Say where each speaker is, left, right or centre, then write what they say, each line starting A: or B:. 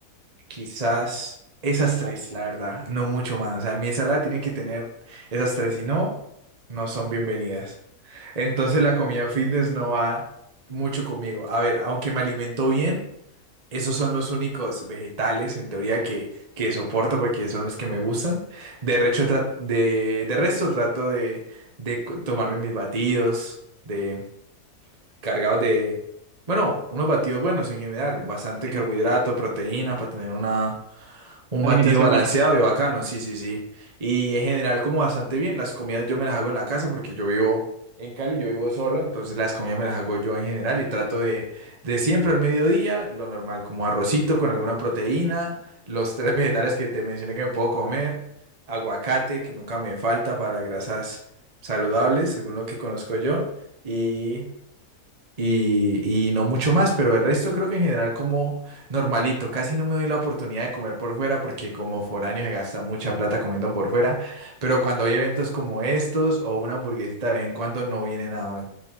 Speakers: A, on the right; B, on the right.
A: Quizás esas tres, la verdad, no mucho más. O sea, mi ensalada tiene que tener esas tres, si no, no son bienvenidas. Entonces la comida fitness no va mucho conmigo. A ver, aunque me alimento bien, esos son los únicos vegetales, en teoría, que, que soporto porque son los que me gustan. De recho tra- de, de resto trato de, de co- tomarme mis batidos, de cargados de, bueno, unos batidos buenos en general, bastante
B: eh,
A: carbohidrato, proteína para tener una un
B: alimentación
A: batido balanceado
B: para.
A: y bacano, sí, sí, sí. Y en general como bastante bien, las comidas yo me las hago en la casa porque yo vivo en Cali, yo vivo solo, entonces las comidas me las hago yo en general y trato de, de siempre al mediodía, lo normal, como arrocito con alguna proteína, los tres <laughs> vegetales que te mencioné que me puedo comer, aguacate, que nunca me falta para grasas saludables, según lo que conozco yo, y y, y no mucho más, pero el resto creo que en general como normalito, casi no me doy la oportunidad de comer por fuera porque como foráneo se gasta mucha plata comiendo por fuera, pero cuando hay eventos como estos o una hamburguesita de vez en cuando no viene nada mal.